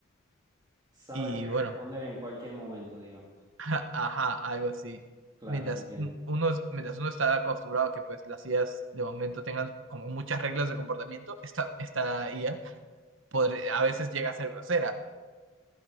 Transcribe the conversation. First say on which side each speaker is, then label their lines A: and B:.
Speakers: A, on the right; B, on the right.
A: Sabe
B: Y
A: qué
B: bueno,
A: responder en cualquier momento, digamos.
B: a- ajá, algo así.
A: Claro,
B: Mientras
A: entiendo.
B: uno, mientras uno está acostumbrado a que pues las IAs de momento tengan como muchas reglas de comportamiento, esta, esta IA podr- a veces llega a ser grosera.